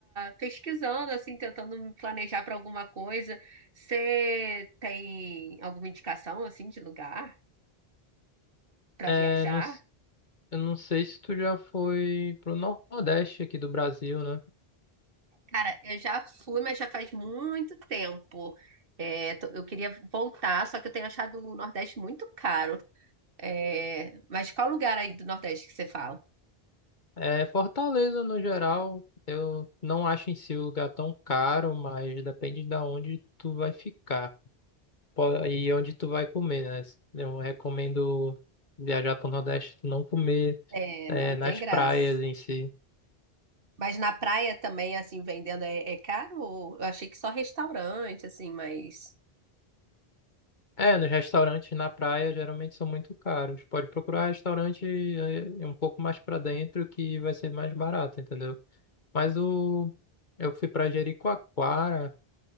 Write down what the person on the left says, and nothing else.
É,
não s- eu não sei se tu já foi pro Nordeste aqui do Brasil, né?
É, Fortaleza, no geral, eu não acho em si o lugar tão caro, mas depende de onde tu vai ficar Po- e onde tu vai comer, né? Eu recomendo viajar pro Nordeste, tu não comer,
é,
nas
praias em si.
É, nos restaurantes na praia geralmente são muito caros. Pode procurar restaurante é, um pouco mais pra dentro que vai ser mais barato, entendeu? Mas o eu fui pra Jericoacoara